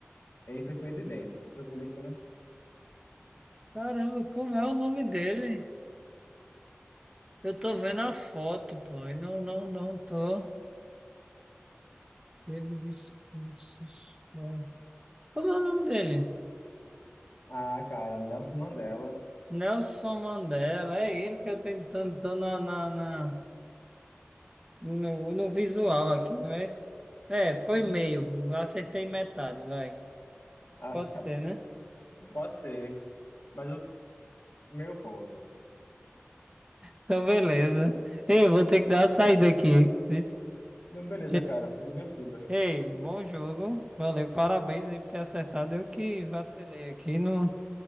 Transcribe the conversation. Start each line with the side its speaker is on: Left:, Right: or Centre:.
Left: ele foi presidente, foi político, né?
Right: Caramba, como é o nome dele? Eu tô vendo a foto, pô, e não, não, não tô. Teve discursos. ó. Como é o nome dele?
Left: Ah, cara, Nelson Mandela.
Right: Nelson Mandela, é ele que eu tenho, tô tentando, tô na, na, na- no, no visual aqui, né? É, foi
Left: Mas não,
Right: meio, acertei metade, vai.
Left: ah,
Right: Pode ser, né?
Left: pode ser, mas o meu ponto.
Right: Então, beleza. Ei, vou ter que dar uma saída aqui. Isso.
Left: Não, beleza,
Right: Já-
Left: cara, foi divertido.
Right: Ei, bom jogo. Valeu, parabéns aí por ter acertado. Eu que vacilei aqui, no,